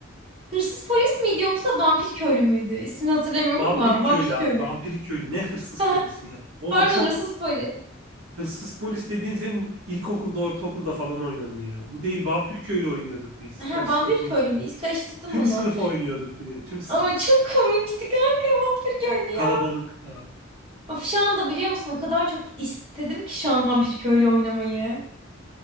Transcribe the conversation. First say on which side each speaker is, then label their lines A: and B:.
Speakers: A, on the right (about 30°); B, on the right (about 75°).
A: Hırsız polis miydi yoksa vampir köylü müydü? İsmini hatırlamıyorum
B: Vampiri
A: ama
B: köylü
A: vampir
B: abi.
A: köylü.
B: Vampiri köylü. Ne hırsız
A: <laughs>
B: polisi ya. O
A: Pardon
B: çok
A: hırsız polis.
B: hırsız polis dediğin senin ilkokulda, ortaokulda falan oynanıyor. Bu değil vampir köylü oynuyorduk biz.
A: Ha,
B: Karıştırdın.
A: vampir köylü mü? Karıştırdım
B: Tüm
A: onu.
B: sınıf oynuyorduk bir de. Tüm sınıf.
A: Ama çok komikti kanka vampir köylü ya.
B: Kalabalık da.
A: Of şu anda biliyor musun o kadar çok istedim ki şu an vampir köylü oynamayı.